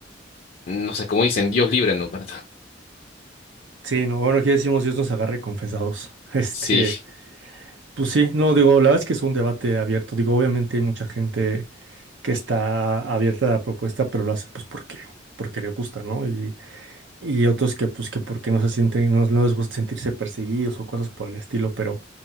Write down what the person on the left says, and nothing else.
no sé, como dicen, Dios libre, ¿no? ¿Verdad?
Sí,